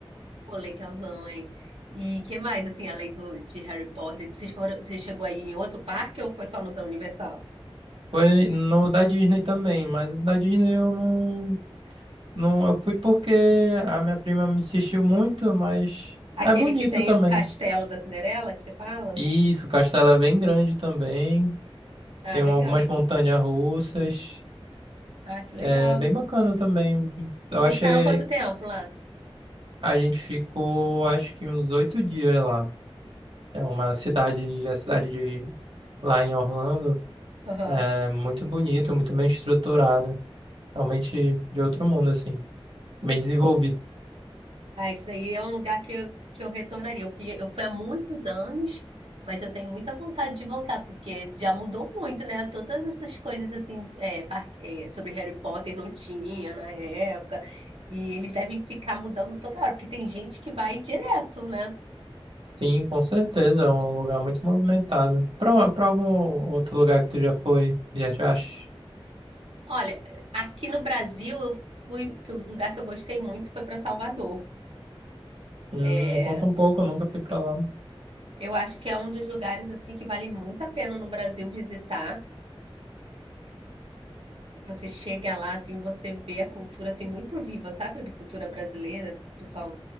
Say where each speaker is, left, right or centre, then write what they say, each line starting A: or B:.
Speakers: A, on the right (about 75°); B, on the right (about 60°).
A: Pô, legalzão, hein? E que mais, assim, além do, de Harry Potter? Vocês foram, você chegou aí em outro parque ou foi só no da Universal?
B: Foi no da Disney também, mas o da Disney eu não, não. Eu fui porque a minha prima me insistiu muito, mas
A: Aquele
B: é bonito
A: que tem
B: também.
A: o castelo da Cinderela, que você fala?
B: Isso, o castelo é bem grande também.
A: Ah,
B: Tem algumas
A: legal.
B: montanhas russas.
A: Ah, que legal.
B: É bem bacana também.
A: E
B: Eu
A: vocês
B: achei.
A: ficaram quanto tempo lá?
B: A gente ficou, acho que uns oito dias lá. É uma cidade, a cidade de lá em Orlando.
A: Aham.
B: É muito bonita, muito bem estruturada. Realmente de outro mundo, assim. Bem desenvolvido.
A: Ah, isso daí é um lugar que eu, que eu retornaria. Eu fui, eu fui há muitos anos, mas eu tenho muita vontade de voltar, porque já mudou muito, né? Todas essas coisas assim, é, par- é, sobre Harry Potter não tinha na época, e eles devem ficar mudando toda hora, porque tem gente que vai direto, né?
B: Sim, com certeza. É um lugar muito movimentado. Pra, pra algum outro lugar que tu já foi, já te acha?
A: Olha, aqui no Brasil eu fui, que o lugar que eu gostei muito foi para Salvador.
B: Hum,
A: É,
B: me conta um pouco, eu nunca fui pra lá.
A: eu acho que é um dos lugares assim que vale muito a pena no Brasil visitar. você chega lá, assim, você vê a cultura, assim, muito viva, sabe? A cultura brasileira, o pessoal,